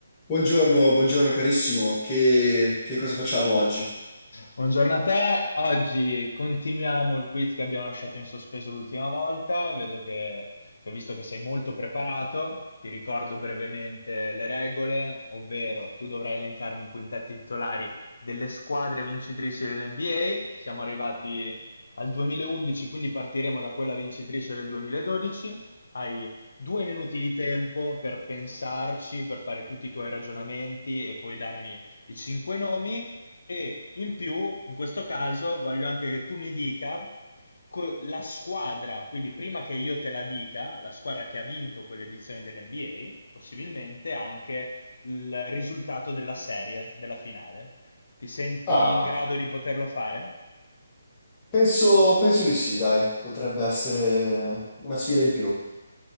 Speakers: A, on the left; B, on the left.
A: Buongiorno, buongiorno carissimo, che, che cosa facciamo oggi?
B: Buongiorno a te, oggi continuiamo il quiz che abbiamo lasciato in sospeso l'ultima volta, vedo che, che ho visto che sei molto preparato, ti ricordo brevemente le regole, ovvero tu dovrai elencarmi i quintetti titolari delle squadre vincitrici dell'NBA, siamo arrivati al 2011, quindi partiremo da quella vincitrice del 2012, hai due minuti di tempo per pensarci, per fare tutti i tuoi ragionamenti e poi darmi i cinque nomi e in più, in questo caso, voglio anche che tu mi dica co- la squadra, quindi prima che io te la dica, la squadra che ha vinto quell'edizione dell'NBA, possibilmente anche il risultato della serie, della finale. Ti senti
A: Ah,
B: in grado di poterlo fare?
A: penso, penso di sì, dai, potrebbe essere una sfida in più.